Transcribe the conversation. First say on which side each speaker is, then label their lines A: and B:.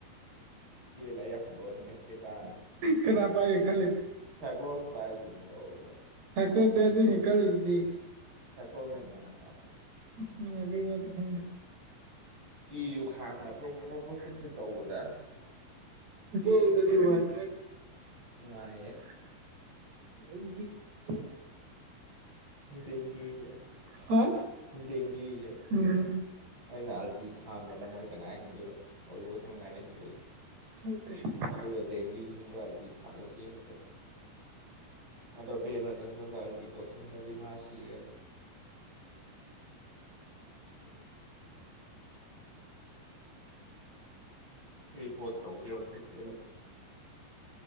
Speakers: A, on the right (about 25°); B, on the right (about 70°).
A: ꯆꯦꯜꯂ ꯑꯩ ꯍꯟꯗꯣꯛꯑꯅꯤ ꯑꯀꯦ ꯇꯔꯅꯤ
B: ꯀꯅꯥ ꯄꯥꯏꯒꯦ ꯈꯜꯂꯤꯅꯣ
A: ꯊꯛꯄ ꯀꯥꯏꯖꯅꯤ ꯇꯧꯔꯒ
B: ꯁꯀ ꯗꯦ ꯑꯗꯨ ꯍꯤꯡ ꯀꯥꯜꯗꯗꯤ
A: <unintelligible>
B: ꯅꯨꯉꯏꯕꯩ ꯋꯥꯗꯤ ꯈꯪꯗ
A: ꯄꯁꯨ ꯈꯥꯡꯉ ꯄ꯭ꯔꯣꯛ ꯄ꯭ꯔꯣꯛꯁꯨ ꯇꯧꯕꯗ
B: <unintelligible>
A: ꯄꯦꯜꯂꯦ ꯅꯨꯡꯉꯥꯏꯌꯦ
B: <unintelligible>
A: ꯗꯦꯡꯖꯦꯁꯦ
B: ꯍꯥ
A: ꯗꯦꯡꯒꯤꯖꯦ
B: ꯎꯝ
A: ꯑꯩꯅ ꯑꯜꯇꯤ ꯊꯥꯡꯗꯅ ꯃꯣꯏ ꯀꯅꯥ ꯍꯤꯡꯗꯣꯏꯕ ꯑꯣꯂꯣꯁ ꯃꯉꯥꯏꯗ ꯍꯤꯡꯗꯣꯏꯅꯣ
B: <unintelligible>
A: ꯑꯗꯨꯒ ꯗꯦꯡꯒꯤꯁꯤꯡꯒ ꯑꯜꯇꯤ ꯊꯥꯜꯂ ꯆꯦꯡꯉꯦꯗꯣ ꯑꯗꯣ ꯕ ꯐ ꯈ ꯒꯥꯜꯇꯤ ꯇꯧꯁꯟꯈ꯭ꯔꯗꯤ ꯃꯥ ꯁꯤꯔꯦ ꯑꯗꯣ <unintelligible> ꯔꯤꯄꯣꯠ ꯇꯧꯒ ꯍꯧꯖꯤꯛ ꯆꯢꯖꯒ